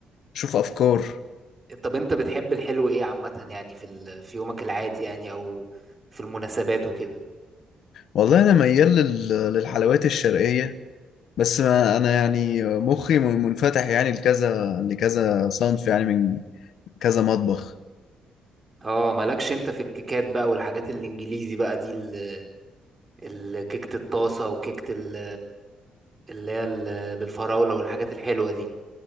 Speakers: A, on the left (about 70°); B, on the right (about 30°).
A: شوف افكار
B: طب انت بتحب الحلو ايه عامة يعني في ال... في يومك العادي يعني او في المناسبات وكده
A: والله انا ميال لل... للحلويات الشرقية بس ما انا يعني مخي من- منفتح يعني لكذا لكذا صنف يعني من كذا مطبخ
B: اه مالكش انت في الكيكات بقى والحاجات الانجليزي بقى دي ال... ال- كيكة الطاسة وكيكة ال... اللي هي ال... بالفراولة والحاجات الحلوة دي